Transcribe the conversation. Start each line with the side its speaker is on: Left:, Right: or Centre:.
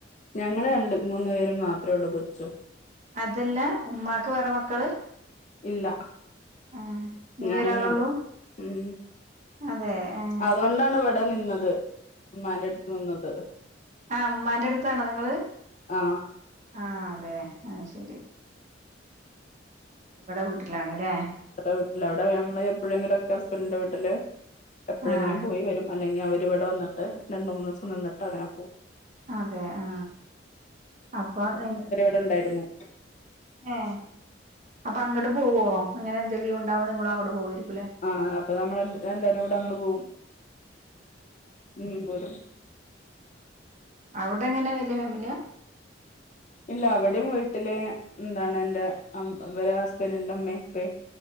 Left: ഞങ്ങള് രണ്ട് മൂന്ന് പേരും മാത്രേ ഒള്ളൂ കൊച്ചും
Right: അതല്ല ഉമ്മാക്ക് വേറ മക്കള്
Left: ഇല്ല
Right: ആഹ് നീ
Left: ഞാനെന്നെ
Right: ഒരാളൊള്ളൂ
Left: ഒള്ളു മ്
Right: അതെ ഏഹ്
Left: അതോണ്ടാണ് വടെ നിന്നത് ഉമ്മാന്റെ എട്ത്ത് ന്ന്ന്നത്
Right: ആ മ്മാന്റെ എട്ത്താണോ നിങ്ങള്
Left: ആ
Right: ആ അതെ അഹ് ശെരി ബട വീട്ട്ലാണ്ലേ
Left: ബടെ വീട്ട്ലാ അവ്ട നമ്മള് എപ്പഴെങ്കിലൊക്കെ ഹസ്ബൻന്റിൻ്റെ വീട്ട്ല് എപ്പഴെങ്കിലും
Right: ആഹ്
Left: പോയി വരും അല്ലെങ്കി അവര് വടെ വന്ന്ട്ട് രണ്ട് മൂന്നൂസം ന്ന്ന്ന്ട്ട് അങ്ങനെ പോഉം
Right: അതെ ആ അപ്പൊ നീ <unintelligible>
Left: ന്ന്ണ്ടായ്രുന്നു
Right: ഏ അപം അങ്ങട്ട് പോഉഓ അങ്ങനെ എന്തേ ലീവ് ഉണ്ടാഉമ്പം നിങ്ങളും അങ്ങോട്ട് പോവായ്ര്ക്
Left: ആ അപം ന്നമ്മള് എല്ല് എല്ലാരും കൂട അങ്ങട്ട് പോഉം ഇമ്മിം പോരും
Right: ആ ഔടെ ങ്ങനെ വെല്ല്യ ഫേമിലിആ?
Left: ഇല്ല അവിടിം വീട്ടില് എന്താണ് എൻ്റെ അം വരെ ഹസ്ബൻ്റിന്റെ ഇമ്മേം ഇപ്പേം